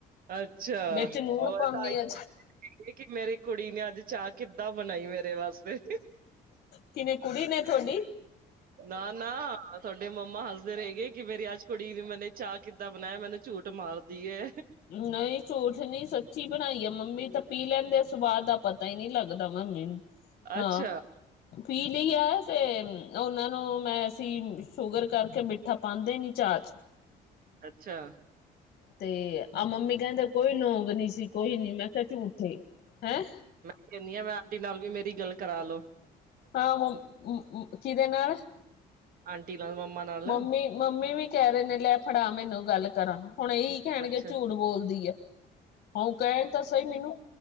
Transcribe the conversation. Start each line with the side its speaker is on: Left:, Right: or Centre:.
Right: ਅੱਛਾ
Left: ਵਿੱਚ ਨੂਣ
Right: ਹੋਰ
Left: ਪਾਉਣੀ
Right: ਤਾਂ। <inaudible>
Left: ਆ
Right: <inaudible> ਇੱਕ-ਇੱਕ ਮੇਰੀ ਕੁੜੀ ਨੇ ਅੱਜ ਚਾਹ ਕਿੱਦਾਂ ਬਣਾਈ ਮੇਰੇ ਵਾਸਤੇ।
Left: ਕਿਵੇਂ ਕੁੜੀ ਨੇ ਤੁਹਾਡੀ।
Right: ਨਾ-ਨਾ ਸਾਡੇ ਮੰਮਾ ਹੱਸਦੇ ਰਹੇ ਗਏ ਕਿ ਮੇਰੀ ਅੱਜ ਕੁੜੀ <unintelligible> ਮੈਨੇ ਚਾਹ ਕਿੱਦਾਂ ਬਣਾਇਆ ਮੈਨੂੰ ਝੂਠ ਮਾਰ ਦੀਏ।
Left: ਨਹੀ ਝੂਠ ਨੀ ਸੱਚੀ ਬਣਾਈ ਏ ਮੰਮੀ ਤੇ ਪੀ ਲੈਂਦੇ ਸਵਾਦ ਦਾ ਪਤਾ ਹੀ ਨਹੀਂ ਲੱਗ <unintelligible> ਆਹ।
Right: ਅੱਛਾ,
Left: ਪੀ ਲਈ ਅ ਤੇ ਉਹਨਾਂ ਨੂੰ ਮੈਂ ਅਸੀ ਸ਼ੂਗਰ ਕਰਕੇ ਮਿੱ ਠਾ ਪਾਂਦੇ ਨਹੀਂ ਚਾ ਚ।
Right: ਅੱਛਾ।
Left: ਤੇ ਆਹ ਮੰਮੀ ਕਹਿੰਦੇ ਕੋਈ ਲੌਂਗ ਨੀ ਸੀ ਕੋਈ ਨੀ ਮੈਂ ਕਿਹਾ ਝੂਠੇ ਹੈਂ।
Right: ਕਹਿੰਦੀਆਂ ਮੈਂ ਆਂਟੀ ਨਾਲ ਵੀ ਮੇਰੀ ਗੱਲ ਕਰਾ ਲੋ।
Left: ਹਾਂ, ਮੰ ਮ ਮ ਕਿਹਦੇ ਨਾਲ।
Right: ਆਂਟੀ ਨਾਲ ਮੰਮਾ ਨਾਲ।
Left: ਮੰਮੀ ਮੰਮੀ ਵੀ ਕਹਿ ਰਹੇ ਨੇ ਲੈ ਫੜਾ ਮੈਨੂੰ ਗੱਲ ਕਰਾਂ ਹੁਣ ਇਹੀ ਕਹਿਣਗੇ
Right: ਅੱਛਾ
Left: ਝੂਠ ਬੋਲਦੀ ਆ, ਉਹ ਕਹਿਣ ਤਾਂ ਸਹੀ ਮੈਨੂੰ।